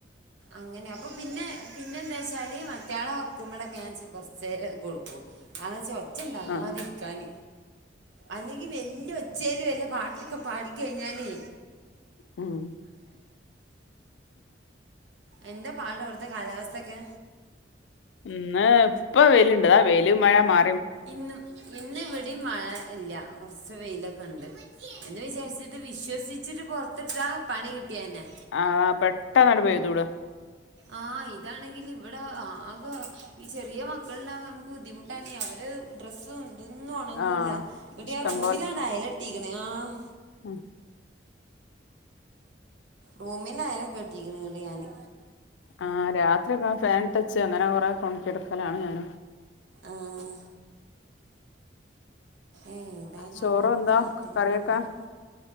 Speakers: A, on the right; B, on the left.
A: അങ്ങനെ അപ്പൊ പിന്നെ പിന്നെ എന്താ വച്ചാല് മറ്റാളെ ഉറക്കുമ്പോളൊക്കെ ഞാൻ കൊറച്ചേരം കൊടുക്കും തെന്താ ച്ചാ ഒച്ച ഉണ്ടാക്കാതിരിക്കാൻ
B: ആ
A: അല്ലെങ്കിൽ വല്യ ഒച്ച ഒച്ചേല് വല്ല പാട്ടൊക്കെ പാടി കഴിഞ്ഞാലെ
B: ഉം
A: എന്താ പാട് അവിടുത്തെ കാലാവസ്ഥ ഒക്കെ
B: ഇന്ന് ഇപ്പൊ വെയിൽ ഇണ്ട് ഇതാ വെയില് മഴ മാ
A: ഇന്നും ഇന്ന് ഇവിടേം മഴ ഇല്ല കുറച്ച് വെയിലൊക്കെ ക്കെണ്ട് എന്ന് വിചാരിച്ചിട്ട് വിശ്വസിച്ചിട്ട് പൊറത്തിട്ടാ പണി കിട്ടിയെന്നെ
B: ആഹ് പെട്ടെന്നണ്ട് പെയ്തൂടും
A: ആ ഇതാണെങ്കിൽ ഇവിടെ ആകെ ഈ ചെറിയ മക്കള്ണ്ടാവുമ്പോ നമുക്ക് ബുദ്ധിമുട്ടാണ് അവര് ഡ്രസ്സും ഇതൊന്നും ഒണങ്ങൂല്ല
B: ആ
A: ഇങ്ങട്ട്
B: ഇഷ്ടം
A: ഞാൻ ആ റൂമിലാണ് അയല് കെട്ടിക്ക്ണ് ആഹ്
B: ഉം
A: റൂമില് അയല് ഒക്കെ കെട്ടിക്കുണു ഇങ്ങട്ട് ഞാന്
B: ആഹ് രാത്രി ഒക്കെ ആ ഫേൻ ഇട്ടെച്ച് അങ്ങനെ കൊറെ ഒണക്കി എടുക്കലാണ് ഞാൻ
A: ആഹ് ഏതായാലും
B: ചോറും
A: അങ്ങനെഒക്കെ
B: എന്താ
A: ആയിട്ട് ഇങ്ങനെ
B: കറിയൊക്കെ
A: പോണു